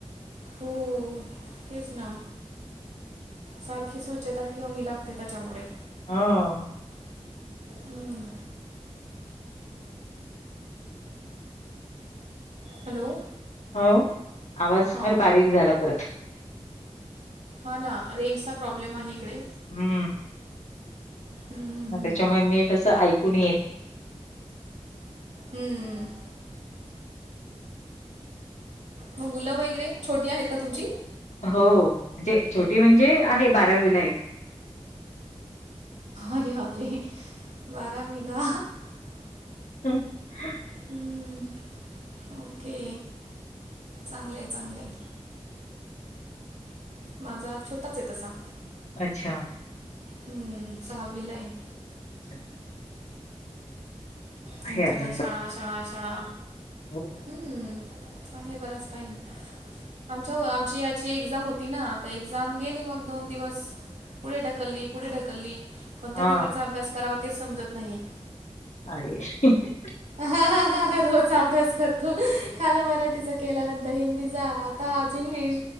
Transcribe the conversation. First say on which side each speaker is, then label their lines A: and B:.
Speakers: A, on the right; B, on the left.
A: हो. तेच ना सारखी स्वच्छता ठेवावी लागते त्याच्यामुळे.
B: हा.
A: हम्म. हॅलो.
B: हो, आवाज
A: हां
B: फार बारीक झाला परत.
A: हा ना, रेंजचा प्रॉब्लेम आहे इकडे.
B: हम्म.
A: हम्म.
B: त्याच्यामुळे नेट असं ऐकू नाही येत.
A: हम्म. मग मुलं वगैरे, छोटी आहेत का तुमची?
B: हो, म्हणजे छोटी म्हणजे आहे बारावीलाय.
A: अरे बापरे! बारावीला.
B: <unintelligible>
A: हम्म. ओके. चांगलंय, चांगलंय. माझा छोटाचय तसा.
B: अच्छा.
A: हम्म, सहावीलाय.
B: <unintelligible>
A: त्यांच्या
B: आहे अजून
A: काय शाळा, शाळा, शाळा.
B: हो
A: हम्म. आहे, बराच टाईम. आमच्या, आमची याची एक्झाम होती ना, आता एक्झाम गेली मग दोन दिवस. पुढे ढकलली, पुढे ढकलली, कोणत्या
B: हा
A: पेपरचा अभ्यास करावा, तेच समजत नाही.
B: अरे! <unintelligible>
A: <unintelligible> रोज अभ्यास करतो. खाल मराठीचा केला, नंतर हिंदीचा, आता आज इंग् ग्लिश,